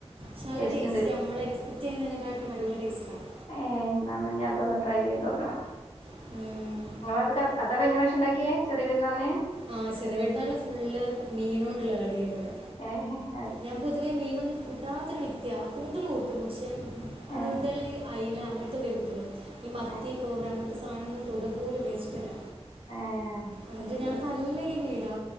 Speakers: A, on the right (about 55°); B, on the left (about 80°).
A: ചാല
B: ടേസ്റ്റ്
A: ടേസ്റ്റാ
B: ഉണ്ട്
A: നമ്മളെ കുറ്റേന്നതിനെക്കാട്ടും അടിപൊളി ടേസ്റ്റാണ്.
B: ഏ എന്നാന്ന് ഇനി അതൊന്ന് ട്രൈ ചെയ്തോക്കണം.
A: ഉം...
B: നിങ്ങള അത് അതാ കഴിഞ്ഞ പ്രാവശ്യം ഉണ്ടാക്കിയെ? ചെറിയ പെരുന്നാളിന്.
A: ആ ചെറിയ പെരുന്നാളിന് ഫുള്ള് മീനോണ്ടുള്ള കളി ഏന് ഇവിടെ.
B: ഏഹെ...
A: ഞാൻ പൊതുവെ മീനൊന്നും കിട്ടാത്തൊരു വ്യക്തിയാ. കൂന്തൽ കൂട്ടും, പക്ഷേ കൂന്തല്,
B: ഏഹ്
A: അയില അങ്ങനത്തൊക്കെ കൂട്ടൊള്ളൂ ഈ മത്തി-
B: ഏഹ്
A: കോര അങ്ങനത്തെ സാനൊന്നും തൊടു പോലുല്ല, ഇഷ്ട്ടല്ല.
B: ഏഹ്
A: എന്നിട്ട്
B: അത് ശരി
A: ഞാൻ തല്ലേന് ഈടാ.